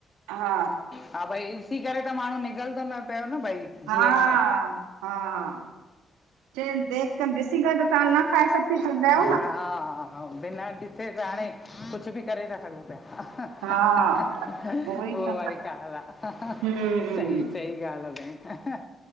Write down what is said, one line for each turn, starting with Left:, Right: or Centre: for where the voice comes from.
Right: हा
Left: हा भई ॾिसी करे त माण्हू निगलु थो न पियो न भई
Right: हा,
Left: जीअरी मां
Right: हा चऐ देख कर ॾिसी करे त तां अना हा सभु पी श्रदा <unintelligible>
Left: हा, हा बिना ॾिसे त हाणे कुझु बि करे था सघूं पिया
Right: हा उहो ई
Left: उह
Right: त
Left: वारी गाल्हि आ
Right: हम्म
Left: सई चई। इ हाल भे <unintelligible>